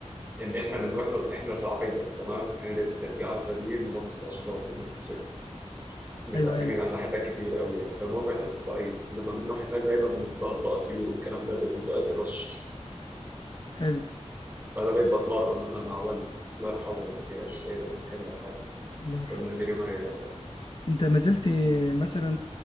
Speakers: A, on the right; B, on the left.
A: ان احنا من واحنا احنا صعايدة تمام عيلة الجعفرة دي اللي هو نسل اشراف سيدنا الحسين متقسمين
B: ايوه يعني
A: على حتت كتير قوي يعني فالمهم احنا في الصعيد لما بنروح هناك دايما بنصطاد بقى طيور والكلام ده بيبقوا اوقات الرش
B: حلو
A: فانا بقيت بتمرن انا مع والدي الله يرحمه بس يعني بقيت بنكمل حالي
B: الله يرحمه
A: في نادي رماية طبعا
B: انت ما زلت آه، مثلا